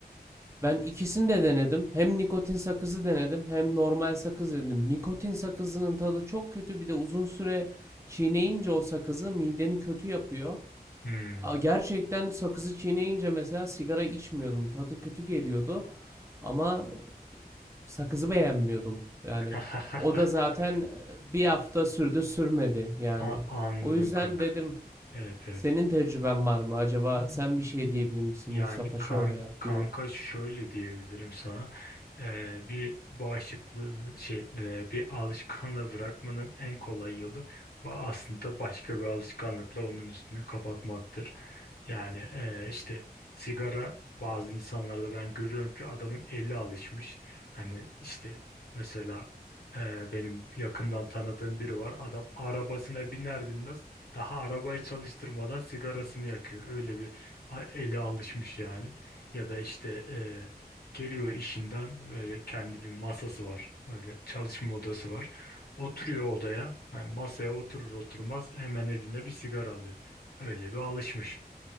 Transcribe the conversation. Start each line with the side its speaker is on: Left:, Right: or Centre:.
Right: Ben ikisini de denedim. Hem nikotin sakızı denedim hem normal sakız denedim. Nikotin sakızının tadı çok kötü. Bir de uzun süre çiğneyince o sakızı mideni kötü yapıyor.
Left: Hmm.
Right: A- Gerçekten sakızı çiğneyince mesela sigara içmiyordum. Tadı kötü geliyordu. Ama sakızı beğenmiyordum. Yani
Left: <laughs>
Right: o da zaten e, bir hafta sürdü sürmedi yani.
Left: A- anladım
Right: O yüzden
Left: kanka.
Right: dedim
Left: Evet evet.
Right: senin tecrüben var mı acaba
Left: Hmm.
Right: sen bir şey diyebilir misin
Left: Yani
Right: Mustafa şöyle
Left: kan,
Right: yap
Left: kanka
Right: gibi.
Left: şöyle diyebilirim sana Ee, bir bağışıklığı şey e, bir alışkanlığı bırakmanın en kolay yolu ba- aslında başka bir alışkanlıkla onun üstünü kapatmaktır. Yani e, işte sigara bazı insanlarda ben görüyorum ki adamın eli alışmış. Hani işte mesela e, benim yakından tanıdığım biri var adam arabasına biner binmez daha arabayı çalıştırmadan sigarasını yakıyor. Öyle bir a- ele alışmış yani. Ya da işte e, geliyor işinden böyle kendi bir masası var. Öyle çalışma odası var. Oturuyor odaya. Yani masaya oturur oturmaz hemen eline bir sigara alıyor. Öyle bir alışmış.